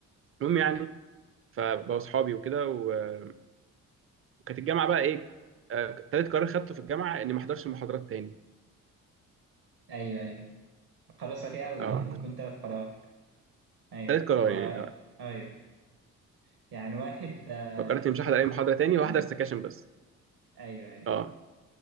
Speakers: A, on the right (about 30°); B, on the right (about 60°).
A: المهم يعني فبقوا صحابي وكده و- وكانت الجامعه بقى ايه آه، تالت قرار خدته في الجامعه اني ما احضرش محاضرات تاني
B: أيوه أيوه قرار سريع أوي
A: اه
B: يعني
A: كنت-
B: كنت ثلاث قرارات أيوه
A: تالت قرار
B: و
A: يعني آه.
B: أيوه يعني واحد آه،
A: فكرت مش هحضر اي محاضره تاني
B: اتنين
A: وهحضر سكاشن بس
B: أيوه أيوه
A: اه
B: أيوه.